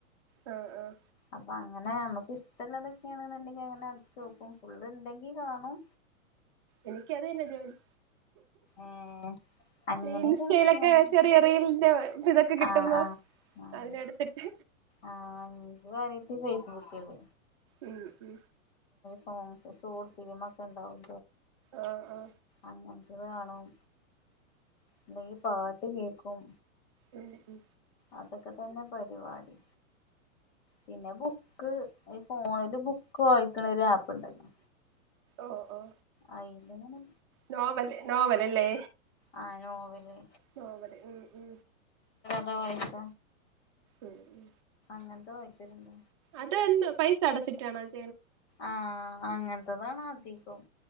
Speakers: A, on the right (about 20°); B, on the left (about 50°).
A: ആഹ ആഹ
B: അപ്പൊ അങ്ങനെ നമ്മക്ക് ഇഷ്ടമുള്ളതൊക്കെയാണ്ന്നുണ്ടെങ്കി അങ്ങനെ അടച്ച് നോക്കും ഫുള്ള് ഇണ്ടെങ്കി കാണും
A: എനിക്ക് അത് തന്നെ ജോലി
B: ഏഹ് അങ്ങനെയൊക്കെ
A: ഇൻസ്റ്റയിലൊക്കെ
B: എടുത്ത് കാണും
A: ചെറിയ റിയലിന്റെ ഇത കിട്ടുമ്പോ
B: ആഹ് ആഹ് ആഹ്
A: അതിനടുത്തിട്ട്
B: ആഹ് ഇൻക്ക് കാര്യായിട്ട് ഫേസ്ബുക്കില്
A: ഉ ഉ
B: സോസ് ഷോർട് ഫിലിമ ഒക്കെ ഉണ്ടാവും
A: ആഹ ആഹ
B: അങ്ങനത്തത് കാണും അല്ലെങ്കി പാട്ട് കേക്കും
A: ഉം ഉം
B: അതൊക്കെ തന്നെ പരിപാടി പിന്നെ ബുക്ക് ഈ ഫോണില് ബുക്ക് വായിക്കണ ഒരു ആപ്പ് ഉണ്ടല്ലോ
A: ഓ ഓ
B: ആയില്ലങ്ങനെ
A: നോവൽ നോവൽല്ലേ
B: ആ നോവല്
A: നോവല് ഉം ഉ
B: ന്ത വായിസ
A: ഉം ഉ
B: ങ്ങൻത്തെ വയ്ദ്യര്ണ്ട്
A: അതന്നെ പൈസ അടച്ച്ട്ടാണോ അ
B: ആഹ് അങ്ങൻ <unintelligible> അധികം